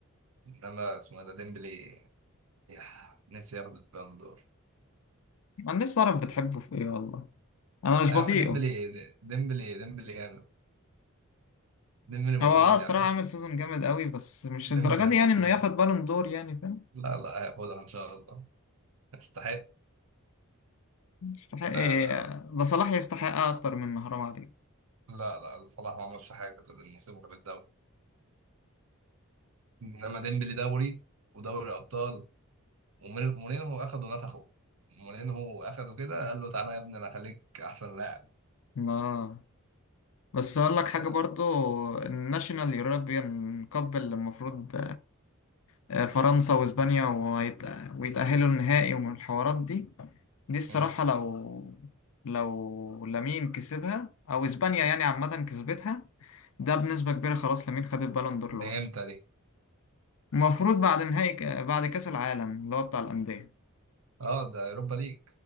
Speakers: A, on the right; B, on the left.
A: انما اسمه إيه ده ديمبلي يا نفسي ياخد البالون دور
B: أنا نفسي أعرف بتحبه في إيه والله أنا مش
A: لا
B: بطيئه
A: يا عم ديمبلي ديمبلي ديمبلي جامد ديمبلي مظلوم
B: هو اه الصراحة
A: يا عم
B: عامل سيزون جامد قوي بس مش
A: ديمبلي
B: الدرجة دي
A: مظلوم
B: يعني إنه ياخد بالون دور يعني فاهم
A: لا لا هياخدها ان شاء الله يستحق
B: يستحق
A: لا
B: إيه ده صلاح يستحقها أكتر من حرام عليك
A: لا لا صلاح ما عملش حاجه طول الموسم غير الدوري انما ديمبلي دوري ودوري ابطال ومورين- مورينهو اخده نفخه مورينهو اخده كده قال له تعالى يا ابني انا اخليك احسن لاعب
B: لا بس أقول لك حاجة
A: ده,
B: برضو الناشونال يوروبيان كاب اللي المفروض آه، فرنسا وإسبانيا وهيت- ويتأهلوا النهائي ومن الحوارات دي دي الصراحة
A: مم.
B: لو لو لامين كسبها أو إسبانيا يعني عامة كسبتها ده بنسبة كبيرة خلاص لامين خد البالون دور لوحده
A: دي امتى دي
B: المفروض بعد نهائي ك- بعد كأس العالم اللي هو بتاع الأندية
A: اه ده اوروبا ليج